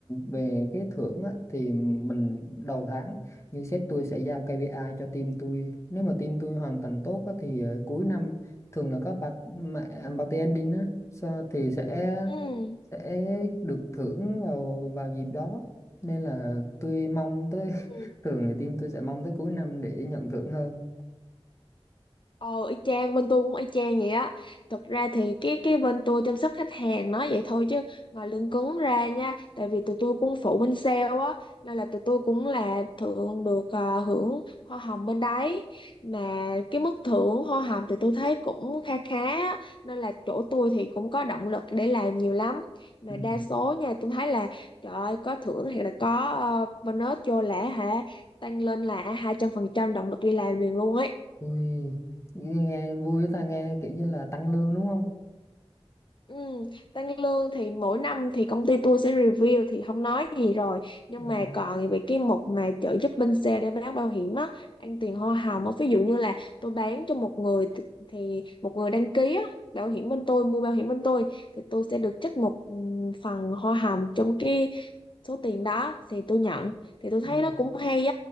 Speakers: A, on the left; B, on the left.
A: về cái thưởng á, thì mình đầu tháng như sếp tôi sẽ giao KPI cho team tôi nếu mà team tôi hoàn thành tốt á, thì ờ, cuối năm thường là có part- mà- à, party ending á so, thì sẽ
B: ừ.
A: sẽ được thưởng vào vào dịp đó nên là tôi mong tới <laughs>
B: Ừ.
A: thường thì team tôi sẽ mong tới cuối năm để nhận thưởng hơn
B: Ờ, y chang bên tôi cũng y chang vậy á. Thực ra thì cái cái bên tôi chăm sóc khách hàng nói vậy thôi chứ ngoài lương cứng ra nha, tại vì tụi tôi cũng phụ bên sale á, nên là tụi tôi cũng là thưởng được ờ, hưởng hoa hồng bên đấy. Mà cái mức thưởng hoa hồng thì tôi thấy cũng kha khá á, nên là chỗ tôi thì cũng có động lực để làm nhiều lắm. Mà
A: ừ.
B: đa số nha, tôi thấy là trời ơi có thưởng hay là có ờ, bonus vô lẻ hả? Tăng lên là 200% động lực đi làm liền luôn ấy.
A: Ui, nghe nghe vui ta nghe kiểu như là tăng lương đúng không
B: Ừ, tăng lương thì mỗi năm thì công ty tôi sẽ review thì không nói gì rồi nhưng
A: ừ.
B: mà còn về cái mục mà trợ giúp bên xe để bán bảo hiểm á ăn tiền hoa hồng á ví dụ như là tôi bán cho một người th- thì một người đăng ký á bảo hiểm bên tôi mua bảo hiểm bên tôi thì tôi sẽ được trích một ừm, phần hoa hồng trong cái số tiền đó thì tôi nhận thì tôi thấy
A: Ừ.
B: nó cũng hay